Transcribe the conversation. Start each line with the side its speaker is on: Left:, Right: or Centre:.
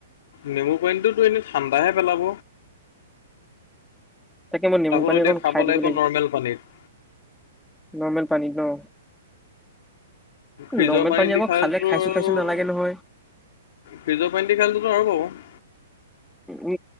Left: নেমু পানীটোতো এনেই ঠাণ্ডাহে পেলাব।
Centre: তাকে মই নেমু
Left: তাকো
Centre: পানী
Left: এতিয়া
Centre: অকণ
Left: খাব
Centre: খাই দিব
Left: লাগিব নৰ্মেল পানীত।
Centre: নৰ্মেল পানিত ন?
Left: ফ্ৰিজৰ
Centre: নৰ্মেল
Left: পানী
Centre: আকৌ
Left: দি খালেটো
Centre: খালে
Left: তোৰ
Centre: খাইছো খাইছো নালাগে
Left: আৰু
Centre: নহয়
Left: ফ্ৰিজৰ পানী খালোতো আৰু পাব।
Centre: উ